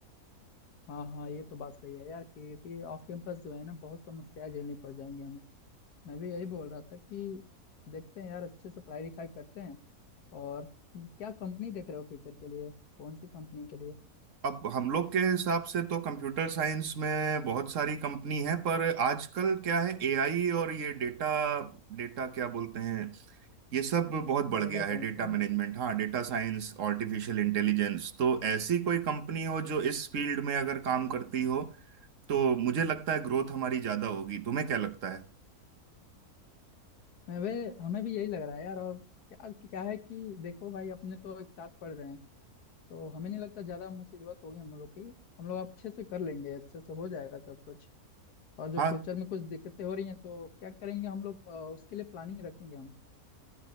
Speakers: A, on the left; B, on the right.
A: हाँ हाँ ये तो बात सही है यार क्योंकि ऑफ कैंपस जो है ना बहुत समस्याएं झेलनी पड़ जाएंगी हमें मैं भी यही बोल रहा था कि देखते हैं यार अच्छे से पढ़ाई लिखाई करते हैं और क्या कंपनी देख रहे हो फ्यूचर के लिए कौन सी कंपनी के लिए
B: अब हम लोग के हिसाब से तो कंप्यूटर साइंस में बहुत सारी कंपनी है पर आजकल क्या है एआई और ये डेटा डेटा क्या बोलते हैं ये सब बहुत बढ़
A: डेटा
B: गया
A: साइंस
B: है डेटा
A: हाँ
B: मैनेजमेंट
A: हाँ।
B: हाँ डेटा साइंस आर्टिफिशियल इंटेलिजेंस तो ऐसी कोई कंपनी हो जो इस फील्ड में अगर काम करती हो तो मुझे लगता है ग्रोथ हमारी ज्यादा होगी तुम्हें क्या लगता है
A: मैं वे हमें भी यही लग रहा है यार और क्या क्या है कि देखो भाई अपने तो एक साथ पढ़ रहे हैं तो हमें नहीं लगता ज्यादा मुसीबत होगी हम लोग की हम लोग अच्छे से कर लेंगे अच्छे से हो जाएगा सब कुछ और जो
B: हाँ
A: फ्यूचर में कुछ दिक्कतें हो रही हैं तो क्या करेंगे हम लोग अ, उसके लिए प्लानिंग रखेंगे हम